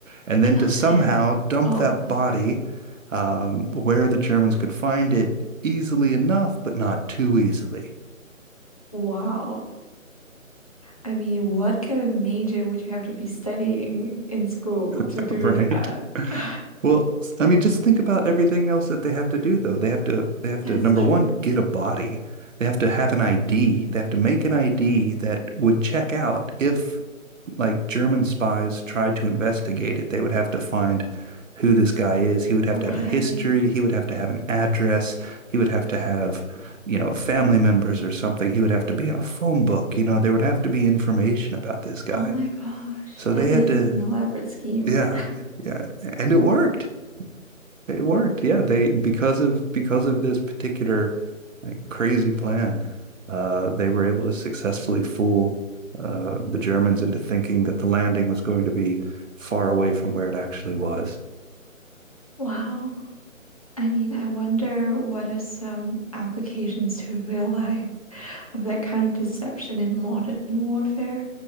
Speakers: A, on the right; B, on the left.
A: and
B: killed
A: then to somehow
B: him?
A: dump
B: Oh,
A: that
B: oh,
A: body
B: sorry.
A: um, where the Germans could find it easily enough, but not too easily,
B: Wow. I mean, what kind of major would you have to be studying in school to
A: <laughs>
B: do
A: right?
B: that? <sighs> <laughs>
A: Well, s- I mean, just think about everything else that they have to do, though. They have to, they have
B: That's
A: to, number
B: true.
A: one, get a body. They have to have an ID. They have to make an ID that would check out if, like, German spies tried to investigate it. They would have to find who this guy is. He would have
B: Right.
A: to have a history. He would have to have an address. He would have to have, you know, family members or something. He would have to be in a phone book. You know, there would have to be information about this guy.
B: Oh my gosh.
A: So
B: That
A: they had
B: is
A: to,
B: an elaborate scheme.
A: yeah,
B: <laughs>
A: yeah, and it worked. It worked. Yeah, they because of because of this particular like crazy plan, uh, they were able to successfully fool uh, the Germans into thinking that the landing was going to be far away from where it actually was.
B: Wow. I mean, I wonder what are some applications to real life of that kind of deception in modern warfare?